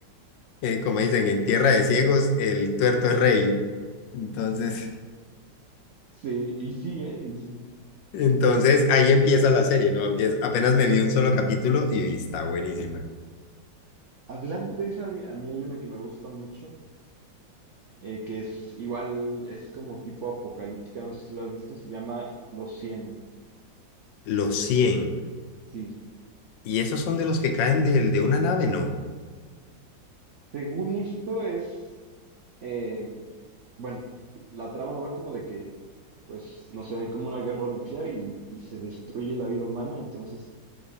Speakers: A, on the left; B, on the right.
A: eh, como dicen, en tierra de ciegos el tuerto es rey. Entonces,
B: Sí, y sí, eh, y sí.
A: entonces ahí empieza la serie, ¿no? Empieza, apenas me vi un solo capítulo y, y está buenísima.
B: Hablando de esa, a mí, a mí hay una que me gusta mucho, eh, que es igual, es como tipo apocalíptica, no sé si lo has visto, se llama Los cien
A: Los cien
B: Sí.
A: ¿Y esos son de los que caen del de una nave? No.
B: Según esto es, eh, bueno, la trama va como de que, pues, no sé, hay como una guerra nuclear y, y se destruye la vida humana, entonces